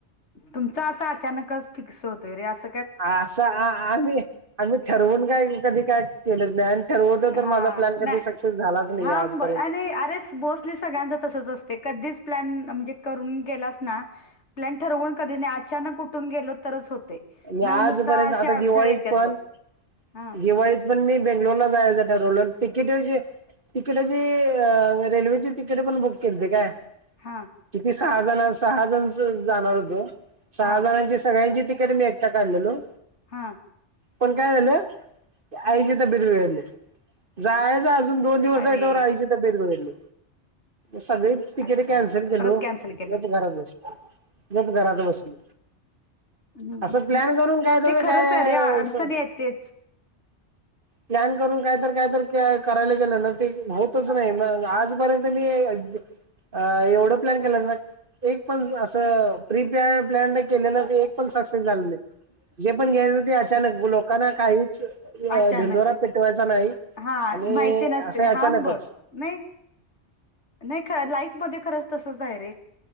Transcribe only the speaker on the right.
असं आ आम्ही आम्ही ठरवून काय कधी काय केलंच नाही ठरवलं तर
माझा प्लॅन कधी
सक्सेस झालाच नाही
आजपर्यंत
आणि
आजपर्यंत
आता
दिवाळीत
पण
दिवाळीत पण मी बेंगलोर ला जायच तिकीटची तिकीटाची अ रेल्वेची तिकीट पण बुक केलीती काय
किती सहा जण सहा जण जाणार होतो सहा
जणांची सगळ्यांची तिकी कडे मी एकटा काढलेलो
पण काय झालं आईची तब्बेत बिघडली जायच आज दोन दिवस
आहे तोवर आयची तब्येत बिघडली सगळी तिकीट
कॅन्सल केलो
गप घरात बसलो गप घरात बसलो
असं प्लॅन करून काय तर
काय
प्लॅन करून काय तर काय तर करायला गेलं ना ते होतच नाही मग आजपर्यंत मी अ एवढं प्लॅन केलं ना एक पण असं प्री प प्लॅन नाही पण एक पण सक्सेस झाल नाही जे पण घ्यायचं ते अचानक लोकांना काही
ढिंडोरा पिटवायचा नाही
आणि
असं अचानकच